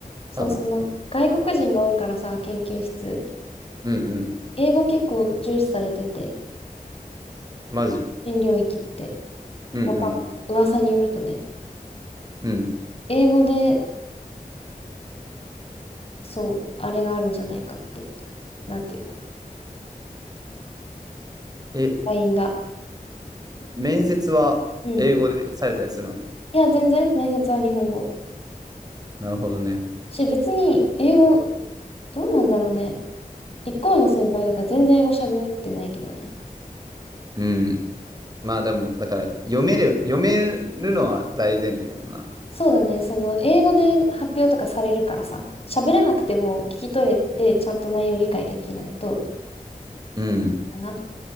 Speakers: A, on the left; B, on the right.
A: そう、
B: 多分。
A: その、外国人が多いからさ、研究室。
B: うんうん。
A: 英語結構重視されてて、
B: マジ。
A: 新領域って。
B: うん
A: わかんない。噂によるとね、
B: うん。うん。
A: 英語で、そう、あれがあるんじゃないかって。なんていうの
B: え、
A: LINE が。
B: 面接は英語でされたりするの
A: うんいや、全然、面接は日本語。
B: なるほどね。
A: し、別に、英語、どうなんだろうね。一個上の先輩とか全然英語喋ってないけどね。
B: うん。まあでも、だから読める、読めるのは大前提やんな。
A: そうだね、その、英語で発表とかされるからさ、喋れなくても聞き取れて、ちゃんと内容理解できないと、
B: うん。
A: かな。